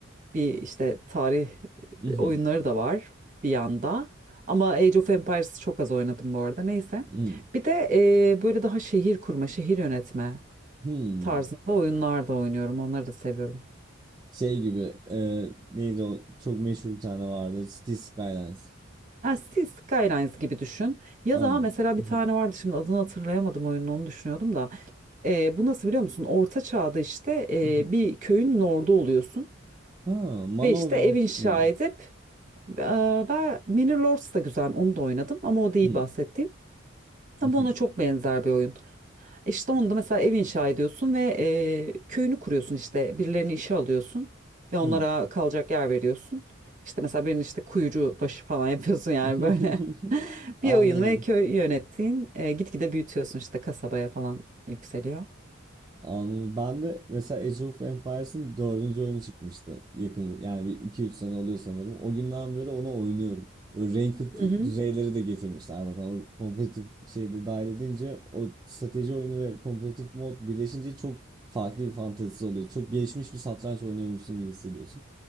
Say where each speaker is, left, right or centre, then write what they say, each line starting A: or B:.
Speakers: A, on the right; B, on the right.
A: bir işte tarih
B: mhm,
A: oyunları da var bir yanda. Ama Age of Empires çok az oynadım bu arada neyse.
B: mhm,
A: Bir de eee, böyle daha şehir kurma, şehir yönetme
B: hmm.
A: tarzında oyunlar da oynuyorum. Onları da seviyorum.
B: Şey gibi e, neydi o çok meşhur bir tane vardı City Skylines.
A: Ha, siz Skylines gibi düşün. Ya
B: Anladım.
A: da mesela
B: Mhm,
A: bir tane vardı şimdi adını hatırlayamadım oyunun onu düşünüyordum da. Ee, bu nasıl biliyor musun? Orta çağda işte e,
B: mhm.
A: bir köyün lordu oluyorsun.
B: Ha, Manor
A: Ve işte
B: Lords
A: ev inşa
B: mu?
A: edip e, ben Mini Lords da güzel onu da oynadım ama o değil
B: Hmm,
A: bahsettiğim.
B: mhm,
A: Ama ona çok benzer bir oyun. İşte onda mesela ev inşa ediyorsun ve e, köyünü kuruyorsun işte birilerini işe alıyorsun ve onlara
B: hmm.
A: kalacak yer veriyorsun. İşte mesela birinin işte kuyucu başı falan <laughs> yapıyorsun yani
B: <laughs>
A: böyle <laughs>
B: Anladım.
A: bir oyun ve köy yönettiğin e, gitgide büyütüyorsun işte kasabaya falan yükseliyor.
B: Anladım. Ben de mesela Age of Empires'ın dördüncü oyunu çıkmıştı. Yakın yani bir iki üç sene oluyor sanırım. O günden beri ona oynuyorum. Böyle ranked
A: Hı hı.
B: düzeyleri de getirmişler zaten. O kompetitif şeyi de dahil edince o strateji oyunu ve kompetitif mod birleşince çok farklı bir fantezisi oluyor. Çok gelişmiş bir satranç oynuyormuşsun gibi hissediyorsun.